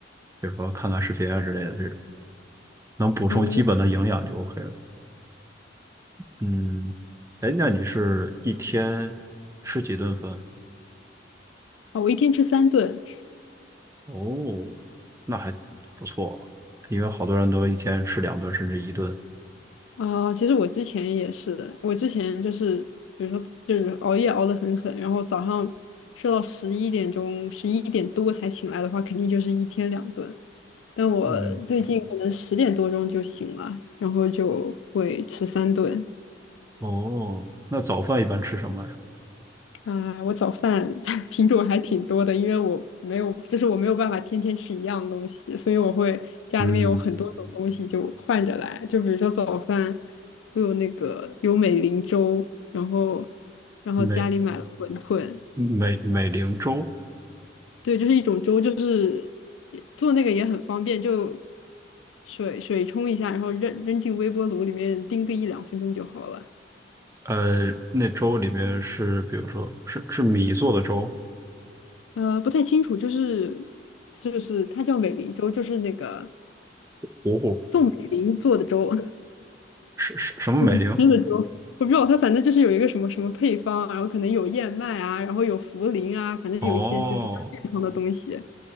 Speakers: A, on the right; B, on the left.
A: 比如说看看视频啊之类的这种，能补充基本的营养就
B: 哦，
A: OK 了。嗯，哎，那你是一天吃几顿饭？
B: 啊，我一天吃三顿，
A: 哦，那还不错，因为好多人都一天吃两顿甚至一顿。
B: 啊，其实我之前也是的，我之前就是，比如说就是熬夜熬得很狠，然后早上睡到十一点钟、十一点多才醒来的话，肯定就是一天两顿。但我最近可能十点多钟就醒了，
A: 嗯，
B: 然后就会吃三顿。
A: 哦，那早饭一般吃什么呀
B: 啊，我早饭 <laughs> 品种还挺多的，因为我没有，就是我没有办法天天吃一样东西，所以我会家里面有很多种东西就换着来。
A: 嗯，
B: 就比如说早饭，我有那个有美林粥，然后然后家里买了馄饨，
A: 没美美龄粥，
B: 对，就是一种粥，就是也做那个也很方便，就水水冲一下，然后扔扔进微波炉里面叮个一两分钟就好了。
A: 呃，那粥里面是，比如说是是米做的粥，
B: 呃，不太清楚，就是就是它叫美林粥，就是那个。
A: 糊糊
B: 宋美龄做的粥，<laughs>
A: 是是什么美龄？
B: 嗯真的粥，我不知道它反正就是有一个什么什么配方，然后可能有燕麦啊，然后有茯苓啊，反正有一些就比较健康的东西。
A: 哦，